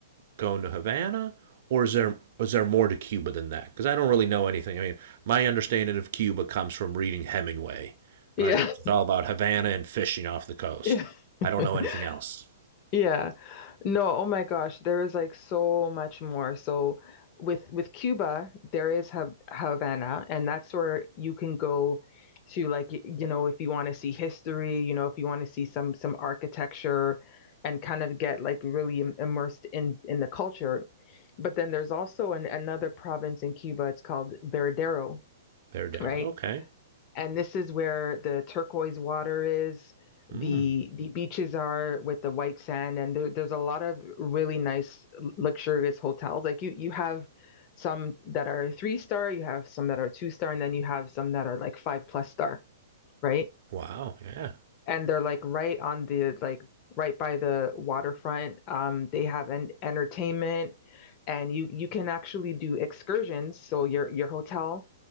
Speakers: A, on the right (about 50°); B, on the left (about 35°).
A: going to Havana, or is there is there more to Cuba than that? Because I don't really know anything. I mean, my understanding of Cuba comes from reading Hemingway,
B: yeah,
A: right? Which is all about Havana and fishing off the coast.
B: <laughs> yeah. <laughs>
A: I don't know anything else.
B: Yeah. No, oh my gosh, there is like so much more. So with with Cuba, there is Ha Havana, and that's where you can go to like y- you know, if you want to see history, you know, if you want to see some some architecture and kind of get like really im- immersed in in the culture. But then there's also an, another province in Cuba, it's called Veradero,
A: Verdero.
B: right?
A: Okay.
B: And this is where the turquoise water is.
A: Hmm.
B: The the beaches are with the white sand, and there, there's a lot of really nice luxurious hotels. Like you you have some that are three star, you have some that are two star, and then you have some that are like five plus star, right?
A: Wow. Yeah.
B: and they're like right on the like right by the waterfront. Um, they have an entertainment, and you you can actually do excursions. So your your hotel